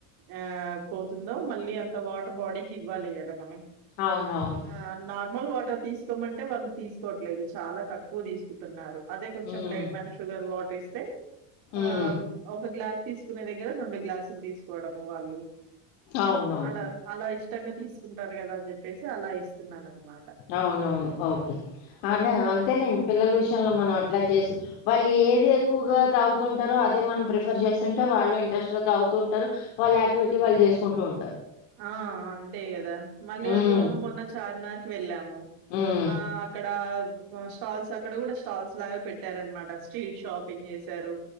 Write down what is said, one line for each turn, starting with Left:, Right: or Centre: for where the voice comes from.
Right: ఆ పో యిందో మళ్ళీ అంత వాటర్ బాడీ కి ఇవ్వాలి కదా మనం
Left: అవునవును
Right: ఆ నార్మల్ తీసుకోమంటే వాళ్ళు తీసుకోవట్లేదు చాలా తక్కువ తీసుకుంటున్నారు అదే కొంచెం
Left: ఉమ్,
Right: లగ మైన షుగర్ వాటర్ ఇస్తే ఆ
Left: ఉమ్,
Right: ఒక గ్లాస్ తీసుకునే దగ్గర రెండు గ్లాసులు తీసుకోవడము వాళ్ళు
Left: అవునవును
Right: అలా అలా ఇష్ట ఉతంగా తీసుకుంటారు కదా అని చెప్పేసి అలా ఇస్తున్నాను అనమాట
Left: అవునవును ఓకే అలా అంతేలేండి పిల్లల విషయంలో మనం అట్లా చేసు వాళ్ళు ఏది ఎక్కువగా తాగుతుంటారో అదే మనం ప్రిఫర్ చేస్తుంటే వాళ్ళు ఇంట్రెస్ట్గా తాగుతూ ఉంటారు వాళ్ళ యాక్టివిటీ వాళ్ళు చేసుకుంటూ ఉంటారు
Right: ఆ అంతే కదా మళ్ళీ
Left: ఉమ్,
Right: అందులోనూ మొన్న చార్మి నార్కి వెళ్ళాము
Left: ఉమ్,
Right: ఆ అక్కడ స్టాల్స్ అక్కడ కూడా స్టాల్స్ లాగా పెట్టారనమాట అసలు స్ట్రీట్ షాపింగ్ చేశారు